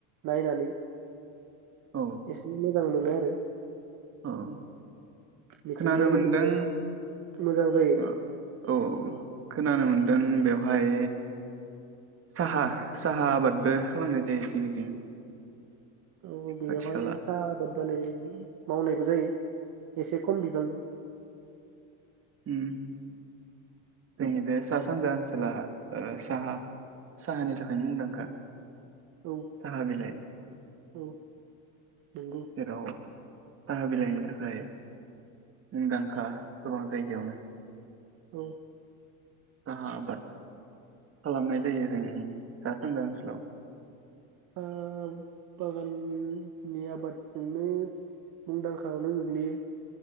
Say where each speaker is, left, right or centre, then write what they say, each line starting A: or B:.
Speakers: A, on the right (about 50°); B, on the right (about 35°).
A: नायनानै
B: औ
A: एसेनो मोजां मोनो आरो ओम
B: औ
A: मिथिंगायारिनि
B: खोनानो मोनदों
A: सा मोजां जायो
B: ओ औ औ खोनानो मोनदों बेवहाय साहा साहा आबादबो खालामनाय जायो जिं जिं
A: औ बेयावहाय
B: खाथि खाला
A: साह आबाद मावनायबो जायो एसे खम बिबां
B: ओम जोंनि बे सा सानजा ओनसोला साहा साहानि थाखाय मुंदांखा
A: औ
B: साहा बिलाय
A: औ नंगौ
B: जेराव साहा बिलाइनि थाखाय मुंदांखा गोबां जायगायावनो
A: औ
B: साहा आबाद खालामनाय जायो <unintelligible> सा सान्जा ओनसोलाव
A: साहा बागाननि आबादजोंनो मुंदांखाायावनो गोग्लैयो